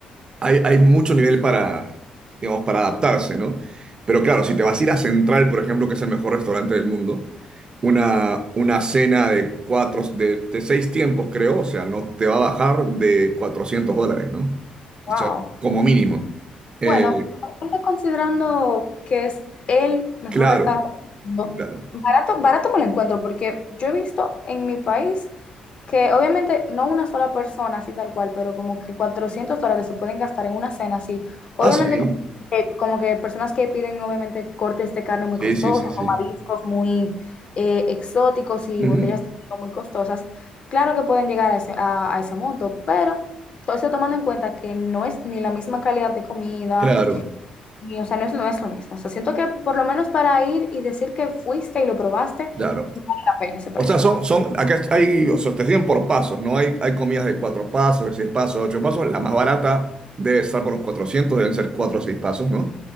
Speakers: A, on the right; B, on the left.
A: hay, hay mucho nivel para, digamos, para adaptarse, ¿no? Pero claro, si te vas a ir a Central, por ejemplo, que es el mejor restaurante del mundo, una, una cena de cuatro, de, de seis tiempos, creo, o sea, no te va a bajar de 400 dólares, ¿no?
B: Wow.
A: O sea, como mínimo. Eh,
B: Bueno, aparte considerando que es el mejor
A: claro,
B: restaurante del mundo,
A: claro.
B: barato, barato me lo encuentro, porque yo he visto en mi país que obviamente no una sola persona así tal cual, pero como que 400 dólares se pueden gastar en una cena así. Obviamente
A: Ah, sí,
B: como que, como que personas que piden obviamente cortes de carne muy
A: sí,
B: costosos
A: sí, sí, sí.
B: o mariscos muy eh, exóticos y
A: Ujú,
B: botellas de vino muy costosas, claro que pueden llegar a ese, a a ese monto, pero todo eso tomando en cuenta que no es ni la misma calidad de comida,
A: Claro,
B: ni, o sea, no es, no es lo mismo. O sea, siento que por lo menos para ir y decir que fuiste y lo probaste,
A: claro.
B: no vale la pena ese precio.
A: O sea, son, son, acá hay, o sea, te siguen por pasos, ¿no? Hay, hay comidas de cuatro pasos, de seis pasos, de ocho pasos. La más barata debe estar por los 400. deben ser cuatro o seis pasos, ¿no?